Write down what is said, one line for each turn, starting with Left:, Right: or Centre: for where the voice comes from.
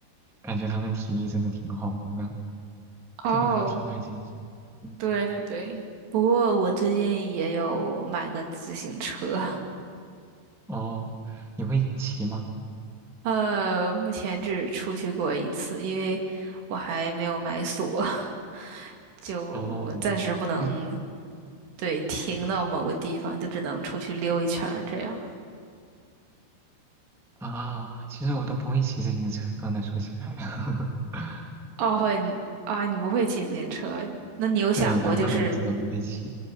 Centre: 感觉他们体力真的挺好的，
Right: 哦，
Centre: 这边人都挺爱健身。嗯
Right: 对对对，不过我最近也有买个自行车，
Centre: 哦，你会骑吗？
Right: <laughs> 呃，目前只出去过一次，因为我还没有买锁，<laughs> 就暂时不能
Centre: 哦，其实
Right: 对停到某个地方，就只能出去溜一圈儿这样。
Centre: 啊，其实我都不会骑自行车呢，说起来，<laughs>
Right: 哦，你啊，你不会骑自行车，那你有想过就是
Centre: 对，两个轮子都不会骑。